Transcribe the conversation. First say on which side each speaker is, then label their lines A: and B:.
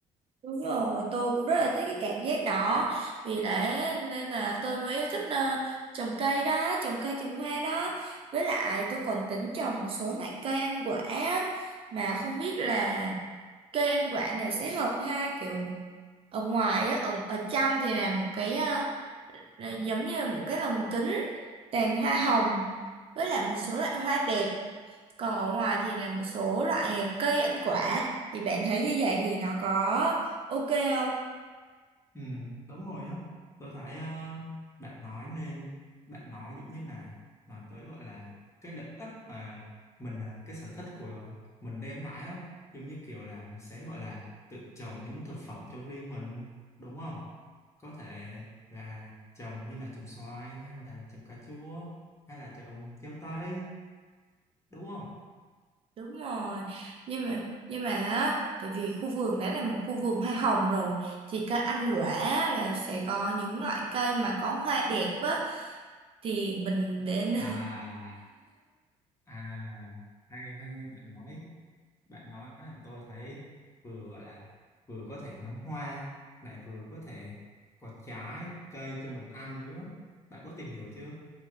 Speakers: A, on the right; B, on the left.
A: Đúng rồi, tôi cũng rất là thích cái cảm giác đó Vì thế nên là tôi mới yêu thích ờ, trồng cây đó, trồng cây trồng hoa đó Với lại tôi còn tính trồng một số loại cây ăn quả á. Mà không biết là cây ăn quả này sẽ hợp ha kiểu ở ngoài á, ở, ở trong thì là một cái ờ, là giống như là một cái lồng kính toàn hoa hồng Với lại một số loại hoa đẹp Còn ở ngoài thì là một số loại cây ăn quả Thì bạn thấy như vậy thì nó có ok không?
B: Ừ, đúng rồi á. Tôi thấy ờ, bạn nói lên, bạn nói giống như là nói tới gọi là cái lợi ích mà mình ờ, cái sở thích của mình đem lại á, giống như kiểu là mình sẽ gọi là tự trồng những thực phẩm cho riêng mình, đúng không? Có thể là trồng như là trồng xoài hay là trồng cà chua hay là trồng dâu tây, đúng không?
A: Đúng rồi. Nhưng mà nhưng mà á, tại vì khu vườn đã là một khu vườn hoa hồng rồi thì cây ăn quả là sẽ có những loại cây mà có hoa đẹp á thì mình để n-
B: À, à, hay hay bạn nói bạn nói làm tôi thấy vừa gọi là vừa có thể ngắm hoa lại vừa có thể có trái cây cho mình ăn nữa bạn có tìm hiểu chưa